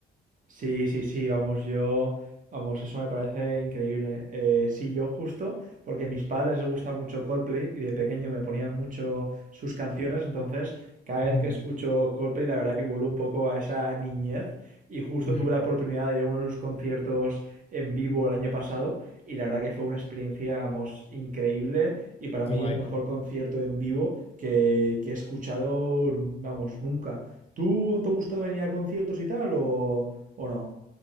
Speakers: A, on the right; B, on the left.
A: Sí, sí, sí, vamos, yo, vamos, eso me parece increíble. Eh, sí, yo justo, porque a mis padres les gusta mucho Coldplay y de pequeño me ponían mucho sus canciones, entonces cada vez
B: Mm.
A: que escucho Coldplay la verdad que vuelvo un poco a esa niñez y justo
B: Mm,
A: tuve la oportunidad de ir a uno de sus conciertos en vivo el año pasado y la verdad que fue una experiencia, vamos, increíble y para
B: qué
A: mí
B: guay.
A: el mejor concierto en vivo que, que he escuchado, vamos, nunca. ¿Tú te gusta venir a conciertos y tal o...? ¿O no?